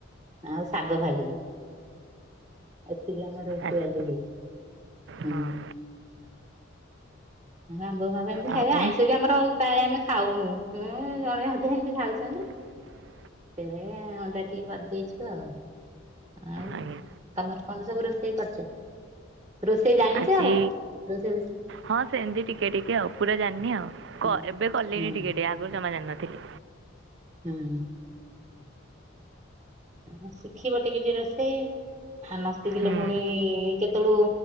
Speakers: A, on the right; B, on the right.
A: ଆଉ ଶାଗ ଭାଜିଲି। ଏତିକି ଆମ ରୋଷେଇ
B: ଆଚ୍ଛା
A: ଆଜି ହେଇଚି
B: ହଁ
A: ହୁଁ। ଆଉ ଆମ୍ବ ଫାମ୍ବ ଏମିତି ଖାଇବେ
B: ଆଉ
A: ଆଇଁଷ ବି ଆମର ପ୍ରାୟ ଆମେ ଖାଉନୁ ହୁଁ ଜଣେ ଅଧେ ଏମିତି ଖାଉଛନ୍ତି।
B: <unintelligible>
A: ଏ ଅଣ୍ଡା ଟିକେ କରିଦେଇଛୁ ଆଉ। ଆଉ
B: ଆଜ୍ଞା
A: ତମର କଣ ସବୁ ରୋଷେଇ କରିଚ ରୋ ରୋଷେଇ ଜାଣିଛ
B: ଆଜି
A: ରୋଷେଇ ଫୋଷେଇ।
B: ହଁ ସେମିତି ଟିକେ ଟିକେ ଆଉ ପୁରା ଜାଣିନି ଆଉ
A: ହୁଁ
B: କ ଏବେ କଲିନି
A: ହୁଁ
B: ଟିକେ ଟିକେ ଆଗରୁ ଜମା ଜାଣିନଥିଲି।
A: ହୁଁ। ଓ ହଁ ଶିଖିବ ଟିକେ ଟିକେ ରୋଷେଇ। ଆ ନସିଖିଲେ
B: ହୁଁ।
A: ପୁଣି କେତେବେଳୁ